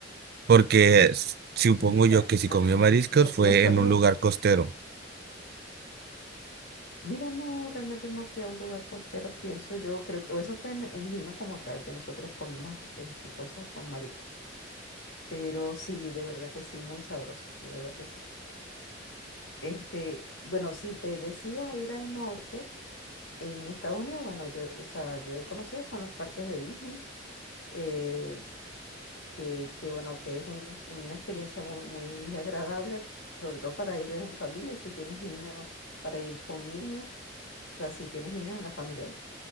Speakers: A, on the right; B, on the left.
A: Porque s- supongo
B: mira,
A: yo que si
B: ajá,
A: comió mariscos
B: no-
A: fue
B: nosotros,
A: en un lugar costero.
B: mira, no, realmente no fui a un lugar costero, pienso yo, creo que eso fue en, en Lima como tal, que nosotros comimos este, cosas con marisco. Pero sí, de verdad que sí, muy sabroso, de verdad que sí. Este, bueno, si te decidas a ir al norte, en Estados Unidos, bueno, yo, o sea, yo he conocido son los parques de Disney, eh, que, que, bueno, que es un- una experiencia muy, muy agradable, sobre todo para ir en familia y si tienes niños, para ir con niños, o sea, si tienes niños en la familia, ¿no?